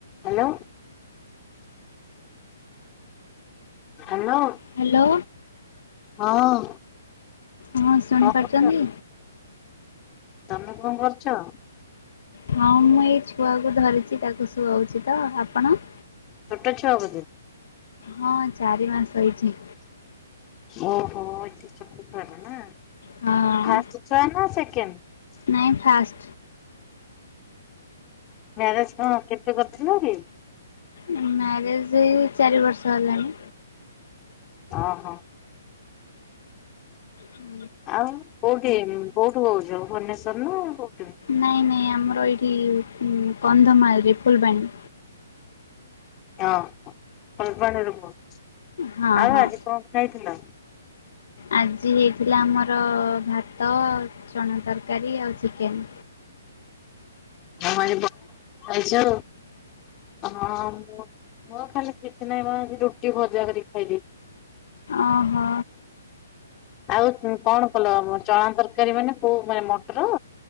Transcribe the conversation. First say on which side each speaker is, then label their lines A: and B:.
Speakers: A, on the left (about 25°); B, on the left (about 70°).
A: ହାଲୋ। ହାଲୋ।
B: ହାଲୋ।
A: ହଁ।
B: ହଁ ଶୁଣି
A: କଣ
B: ପାରୁଛନ୍ତି।
A: କରୁଛ? ତମେ କଣ କରୁଛ?
B: ହଁ ମୁଁ ଏଇ ଛୁଆକୁ ଧରିଛି ତାକୁ ଶୁଆଉଛି ତ ଆପଣ।
A: ଛୋଟ ଛୁଆ ବୋଧେ।
B: ହଁ ଚାରି ମାସ ହେଇଚି।
A: ଓହୋ ଏଇଟା ଚତୁର୍ଥ ହେଲା ନା
B: ହଁ
A: ଫାଷ୍ଟ ଛୁଆ ନା ସେକେଣ୍ଡ।
B: ନାଇଁ ଫାଷ୍ଟ।
A: ମ୍ୟାରେଜ କଁ କେତେ କରିଥିଲ କି।
B: ମ୍ୟାରେଜ ଏଇ ଚାରି ବର୍ଷ ହେଲାଣି।
A: ଅ ହ।
B: ହଁ
A: ଆଉ କୋଉଠି କୋଉଠୁ କହୁଛ ଭୁବନେଶ୍ଵର ନା କୋଉଠୁ।
B: ନାଇଁ ଆମର ଏଇଠି କନ୍ଧମାଳ ରେ ଫୁଲବାଣୀ।
A: ଅ ହଁ ଫୁଲବାଣୀ ରୁ କହୁଚ
B: ହଁ
A: ଆଉ
B: ହଁ।
A: ଆଜି କଣ ଖାଇଥିଲ।
B: ଆଜି ହେଇଥିଲା ଆମର ଭାତ ଚଣା ତରକାରୀ ଆଉ ଚିକେନ୍।
A: ହଁ ଆଜି ବଢ଼ିଆ ଖାଇଛ ହଁ ମୋ ମୋର ଖାଲି। କିଛି ନହିଁ ମ ଆଜି ରୁଟି ଭଜା କରିକି ଖାଇ ଦେଇଛି।
B: ଅ ହ।
A: ଆଉ କଣ କଲ ଚଣା ତରକାରୀ ମାନେ କୋଉ ମାନେ ମଟର।